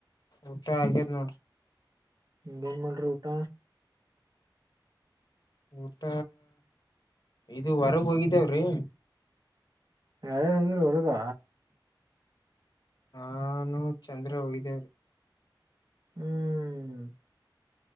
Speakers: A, on the left; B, on the right.
A: ಊಟ ಆಗೇದ್ ನೋಡ್ರಿ
B: ಬಂದ ಮಾಡ್ರಿ ಊಟ
A: ಊಟ ಇಐದು ವರೆಗ ಹೋಗಿದ್ದೇವ್ರಿ
B: ಯಾರಾರು ಅಂದರು ವದಾ
A: ನಾನು ಚಂದ್ರ ಹೋಗಿದ್ದೇವ್ರೀ
B: ಹ್ಮ್